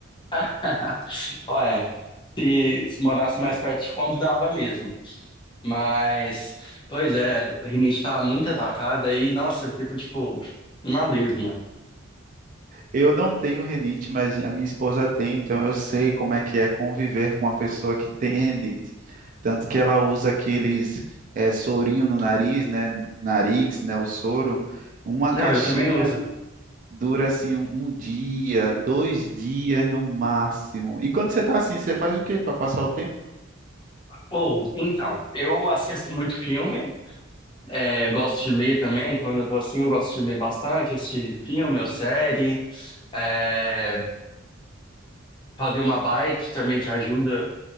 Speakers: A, on the left; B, on the right.
A: <laughs> olha, se, se morasse mais perto, te convidava mesmo. Mas, pois é, a rinite tá muito atacada e, nossa, eu fico, tipo, uma lesma.
B: Eu não tenho renite, mas a minha esposa tem, então eu sei como é que é conviver com uma pessoa que tem renite. Tanto que ela usa aqueles eh, sorinho no nariz, né? Narix, né? O soro. Uma
A: Não,
B: caixinha
A: eu também uso
B: dura assim um, um dia, dois dias no máximo. E quando você tá assim, você faz o quê para passar o tempo?
A: Ou, então, eu assisto muito filme, é, gosto de ler também, quando eu tô assim, eu gosto de ler bastante, assistir filme ou série, é, fazer uma bike também que ajuda